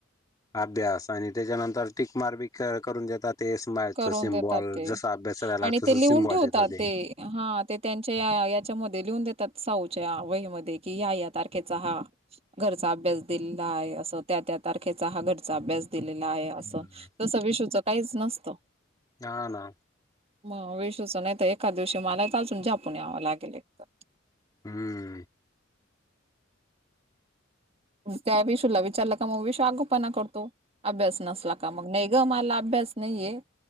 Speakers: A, on the left; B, on the right.
A: अभ्यास आणि त्याच्यानंतर टिकमार बी करून देतात. तेच माचा
B: करून
A: सिमबॉल
B: देतात ते
A: जसा अभ्यास राहिला
B: आणि
A: तस
B: ते लिहून
A: सिमबॉल
B: ठेवतात
A: देतात ते
B: हा ते त्यांच्या या याच्यामध्ये लिहून देतात साऊच्या वहीमध्ये कि या या तारखेचा हा. घरचा अभ्यास दिलेला आहे असं त्या त्या तारखेचा हा घरचा अभ्यास दिलेलं आहे असं
A: हम्म
B: तसं विषूच काहीच नसतं.
A: ना ना.
B: मग विशच नाही तर एका दिवशी मलाच अजून झपून यावं लागेल एक तर
A: हम्म.
B: त्या विषयला विचारलं का मग विषय आगोपना करतो. अभ्यास नसला का मग नाही ग मला अभ्यास नाहीे.